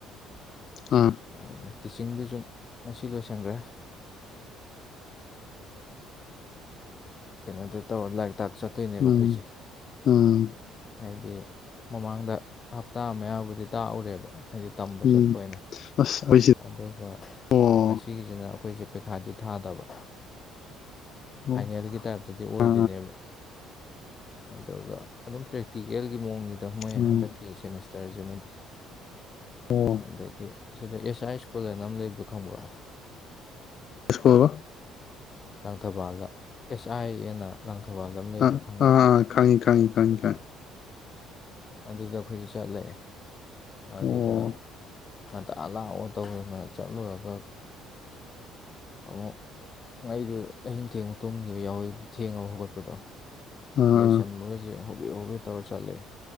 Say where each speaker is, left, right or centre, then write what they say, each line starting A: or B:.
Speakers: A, on the left; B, on the left.
A: ꯑꯥ꯫
B: ꯑꯗꯨꯅꯤ ꯇꯨꯢꯁꯟꯗꯨꯁꯨ ꯉꯁꯤ ꯂꯣꯏꯁꯟꯒ꯭ꯔꯦ꯫ ꯀꯩꯅꯣꯗ ꯇꯧꯔ ꯂꯥꯏꯔꯤꯛ ꯇꯥꯛ ꯆꯠꯇꯣꯏꯅꯦꯕ
A: ꯎꯝ
B: ꯑꯩꯈꯣꯏꯁꯦ꯫
A: ꯎꯝ
B: ꯍꯥꯏꯗꯤ ꯃꯃꯥꯡꯗ ꯍꯞꯇꯥ ꯑꯃ ꯃꯌꯥꯕꯨꯗꯤ ꯇꯥꯛꯎꯔꯦꯕ ꯍꯥꯏꯗꯤ꯫ ꯇꯝꯕ
A: ꯎꯝ
B: ꯆꯠꯄ ꯑꯣꯏꯅ꯫
A: ꯑꯁ ꯑꯩꯁꯤ
B: ꯑꯗꯨꯒ
A: ꯑꯣ
B: ꯉꯁꯤꯒꯤꯖꯤꯅ ꯑꯩꯈꯣꯏꯖꯦ ꯄꯩꯈꯥꯗꯤ ꯊꯥꯗꯕ
A: ꯑꯣ
B: ꯐꯥꯏꯅꯦꯜꯒꯤ꯫ ꯇꯥꯏꯞꯇꯗꯤ ꯑꯣꯏꯗꯣꯏꯅꯦꯕ
A: ꯑ
B: ꯑꯗꯨꯒ ꯑꯗꯨꯝ ꯄ꯭ꯔꯦꯛꯇꯤꯀꯦꯜꯒꯤ ꯃꯑꯣꯡꯅꯤ ꯃꯣꯏ
A: ꯎꯝ
B: ꯍꯟꯗꯛꯀꯤ ꯁꯦꯃꯤꯁ꯫ ꯆꯔꯁꯤꯃꯗꯤ
A: ꯑꯣ
B: ꯑꯗꯒꯤ ꯑꯁꯤꯗ ꯑꯦꯁ ꯑꯥꯏ ꯁ꯭ꯀꯨꯜ ꯑꯅ ꯑꯃ ꯂꯩꯕꯗꯣ ꯈꯪꯕ꯭ꯔꯣ꯫
A: ꯏꯁꯀꯨꯜ ꯑꯕ꯫
B: ꯂꯥꯡꯊꯕꯥꯜꯗ ꯑꯦꯁ ꯑꯥꯏ ꯑꯦꯅ꯫ ꯂꯥꯡꯊꯕꯂꯝ ꯑꯃ꯫ ꯂꯩꯕꯗꯣ
A: ꯑ
B: ꯈꯪꯕ꯭ꯔꯣ
A: ꯑꯥꯥ ꯈꯪꯢ ꯈꯪꯏ ꯈꯪꯏ ꯈꯪꯏ꯫
B: ꯑꯗꯨꯗ ꯑꯩꯈꯣꯏꯁꯨ ꯆꯠꯂꯑꯦ ꯑꯗꯨꯗ꯫
A: ꯑꯣ
B: ꯉꯥꯡꯇ ꯂꯥꯛꯑꯣ ꯇꯧꯗꯅ ꯆꯠꯂꯨꯔꯒ ꯑꯃꯨꯛ꯫ ꯑꯩꯗꯨ ꯑꯍꯤꯡ ꯊꯦꯡꯕ ꯇꯨꯝꯗ꯭ꯔꯤꯌꯦ ꯍꯧꯖꯤꯛ ꯊꯦꯡꯉꯕ ꯍꯧꯒꯠꯄꯗꯣ꯫
A: ꯑꯥ
B: ꯂꯩꯁꯟꯕꯒꯁꯦ ꯍꯣꯕꯤ ꯍꯣꯕꯤ ꯇꯧꯔ ꯆꯠꯂꯦ꯫